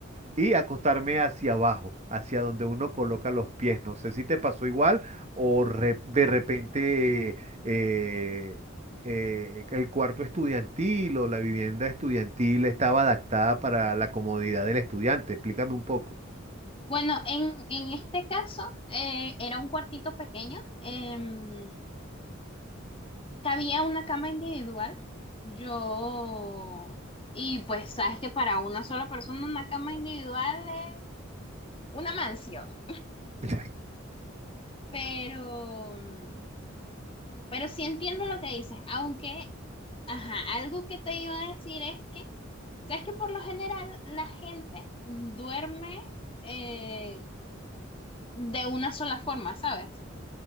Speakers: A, on the right (about 35°); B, on the left (about 25°).
A: y acostarme hacia abajo, hacia donde uno coloca los pies. No sé si te pasó igual o re- de repente eh, eh, el cuarto estudiantil o la vivienda estudiantil estaba adaptada para la comodidad del estudiante. Explícame un poco.
B: Bueno, en, en este caso eh, era un cuartito pequeño, em, cabía una cama individual, yo, y pues sabes que para una sola persona una cama individual es una mansión,
A: <laughs>
B: pero, mm, pero sí entiendo lo que dices, aunque, ajá, algo que te iba a decir es que, sabes que por lo general la gente duerme eh, de una sola forma, ¿sabes?